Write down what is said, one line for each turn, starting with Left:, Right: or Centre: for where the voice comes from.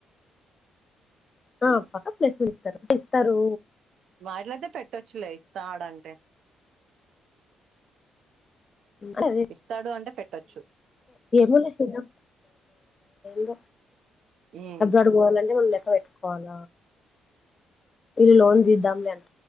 Right: హలో
Left: ఆ పక్క ప్లేస్మెంట్ పట్టిస్తారు
Right: మాటిలయితే పెట్టొచ్చులే ఇస్తాడంటే
Left: అ
Right: ఇస్తాడు అంటే పెట్టొచ్చు.
Left: ఎధదమా <unintelligible>
Right: హ్మ్.
Left: అబ్రాడుకు పోవాలంటే ఉండ్లేం పెట్టుకోవాల ఇల్ లోన్ తిందాంలే అన్